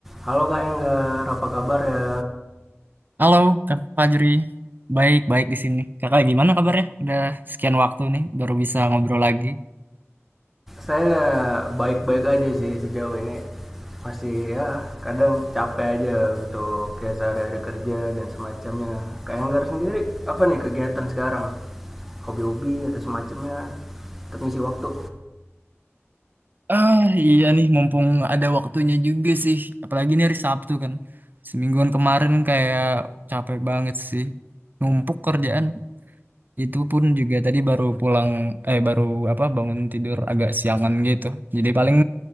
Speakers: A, in the centre; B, on the right.
A: Halo Kak Enggar, apa kabar ya?
B: Halo, Kak Fajri. Baik-baik di sini. Kakak gimana kabarnya? Udah sekian waktu nih, baru bisa ngobrol lagi.
A: Saya baik-baik aja sih sejauh ini. Masih ya kadang capek aja untuk ya sehari-hari kerja dan semacamnya. Kak Enggar sendiri apa nih kegiatan sekarang? Hobi-hobi atau semacamnya untuk ngisi waktu?
B: Ah, iya nih, mumpung ada waktunya juga sih. Apalagi ini hari Sabtu kan. Semingguan kemarin kayak capek banget sih. Numpuk kerjaan. Itu pun juga tadi baru pulang eh baru apa bangun tidur agak siangan gitu. Jadi paling